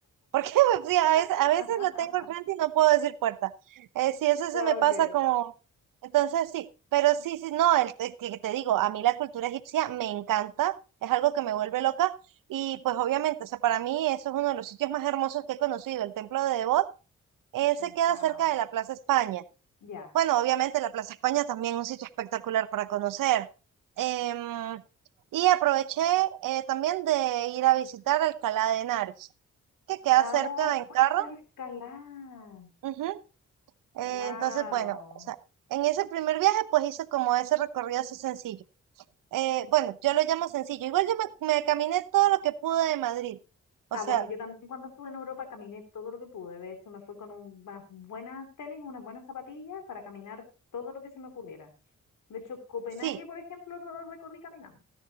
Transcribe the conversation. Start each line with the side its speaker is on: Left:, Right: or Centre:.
Right: Porque <laughs> pues, sí, a veces,
Left: <laughs>
Right: a veces lo tengo al frente y no puedo decir puerta. Eh, si eso se
Left: Ya,
Right: me pasa
Left: ok.
Right: como... Entonces sí, pero sí, sí, no, el, el que te digo, a mí la cultura egipcia me encanta, es algo que me vuelve loca y pues obviamente, o sea, para mí eso es uno de los sitios más hermosos que he conocido, el templo de Debod, eh, se queda
Left: Wow.
Right: cerca de la Plaza España.
Left: Ya.
Right: Bueno, obviamente la Plaza España también es un sitio espectacular para conocer. Em, y aproveché eh, también de ir a visitar Alcalá de Henares, que queda
Left: Ah,
Right: cerca en
Left: fuiste
Right: carro
Left: a Alcalá.
Right: Ujú. Eh,
Left: Wow.
Right: entonces, bueno, o sea, en ese primer viaje, pues hice como ese recorrido así sencillo. Eh, bueno, yo lo llamo sencillo. Igual yo me, me caminé todo lo que pude de Madrid. O
Left: Ah,
Right: sea,
Left: bueno, yo también cuando estuve en Europa caminé todo lo que pude. De hecho, me fui con un- unas buenas tenis, unas buenas zapatillas para caminar todo lo que se me ocurriera. De hecho, Copenhague,
Right: sí.
Left: por ejemplo, lo lo recorrí caminando,